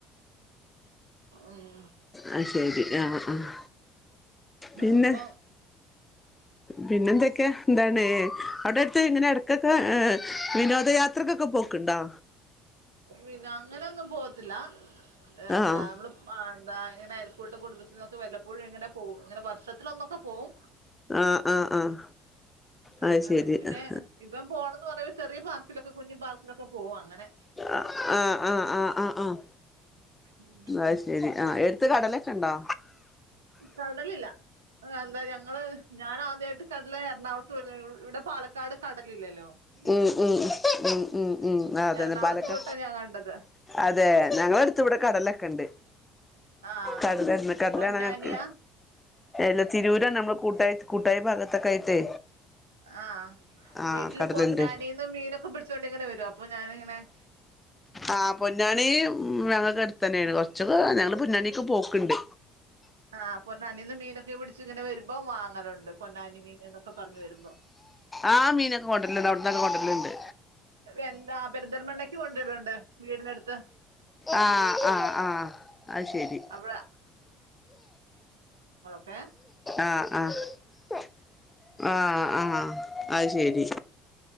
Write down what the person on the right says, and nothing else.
ഉം.
അപ്പൊ
വിനോ അങ്ങനെയൊന്നും പോവത്തില്ല എന്താ
നമ്മള് അ അങ്ങനെ കൂട്ട കുടുംബത്തിന്നൊക്കെ വല്ലപ്പോഴുംങ്ങനെ പോവുംങ്ങനെ വഷത്തില് ഒന്നൊക്കെ പോവും.
അങ്ങനെ
പിന്നെ
ഇപ്പം പോണന്ന് പറയ ചെറിയ പാർക്കൊക്കെ കുഞ്ഞഞ് പാർിലൊക്ക പോകും അങ്ങനെ
ഉം.
കർടലില്ല. എന്താ ഞങ്ങള് ഞാൻ ആദ്യായിട്ട് കടൽ എറണാകുളു ഇവിടെ പാലക്കാട് കടലില്ലല്ലോ? ഇല്ലല്ലോ
എറണാകുളത്ത്
പോയിട്ടാ ഞാൻ കണ്ടത്
ആഹ്
പൊന്നാനിയാ
ആഹ്
വീട്ടില്
പൊന്നാനീന്ന് മീനൊക്കെ പിടിച്ചൊണ്ട് ഇങ്ങനെരും അപ്പോ ഞാനിങ്ങനെ ആ
ആ പൊന്നാനിന്ന് മീനൊക്കെ പിടിച്ചച്ച് ഇങ്ങനെ വരുമ്പോ വാങ്ങാനണ്ട് പൊന്നാനി മീൻൊക്കെ പറഞ്ഞു വരുമ്പോ
എന്താ പെരുതൽ മണ്ണക്ക് കൊണ്ട രൽ വീടിനടുത്ത്
അവിടെ ഏ